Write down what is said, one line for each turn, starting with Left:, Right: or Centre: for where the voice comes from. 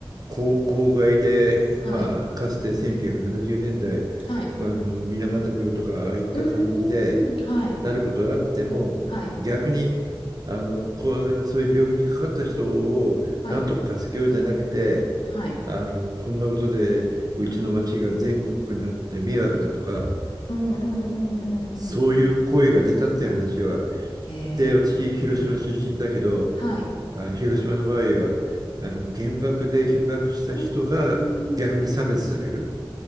Right: 郊郊外で、
Left: はい。
Right: まあ、かつて1970年代、
Left: はい。
Right: あの水俣病とか、ああいった感じで
Left: うーん、はい。
Right: なることがあっても、
Left: はい。
Right: 逆にあのこう、そういう病気にかかった人をなんとか助けようじゃなくて、
Left: はい。はい。
Right: あのこんなことでうちの町が全国区になって迷惑だとか、
Left: うんうんうんうんうんうん。
Right: そういう声が出たっていう話は、
Left: へえ。
Right: で、私、広島出身だけど、
Left: はい。
Right: あ、広島の場合は、あの原爆で被爆した人が逆に差別される、
Left: うん、うーん。